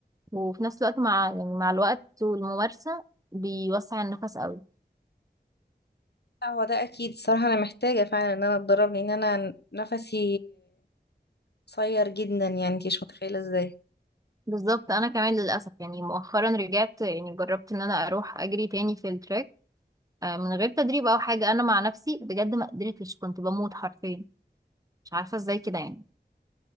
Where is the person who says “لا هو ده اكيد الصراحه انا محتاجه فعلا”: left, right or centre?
Left